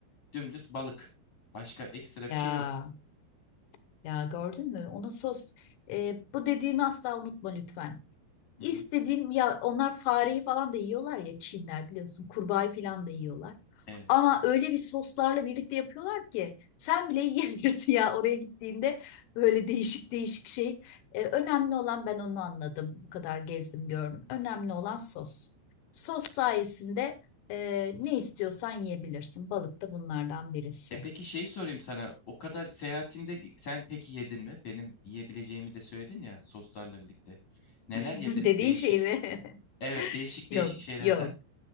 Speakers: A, on the left (about 50°); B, on the left (about 80°).
A: dümdüz balık. Başka ekstra
B: Ya
A: bir şey yok.
B: Ya gördün mü? Onun sos e, bu dediğimi asla unutma lütfen.
A: Hı
B: İstediğim
A: hı.
B: ya onlar fareyi falan da yiyorlar ya Çinler biliyorsun kurbağayı falan da yiyorlar.
A: Evet.
B: Ama öyle bir soslarla birlikte yapıyorlar ki sen bile yiyebilirsin ya oraya gittiğinde böyle değişik değişik şey. E, önemli olan ben onu anladım. Bu kadar gezdim gördüm. Önemli olan sos. Sos sayesinde e, ne istiyorsan yiyebilirsin. Balık da bunlardan birisi.
A: E peki şey sorayım sana. O kadar seyahatinde gi- sen peki yedin mi? Benim yiyebileceğimi de söyledin ya soslarla birlikte. Neler
B: <laughs>
A: yedin?
B: Dediğin
A: Değişik.
B: şey mi?
A: Evet, değişik
B: <laughs> Yok,
A: değişik şeylerden.
B: yok.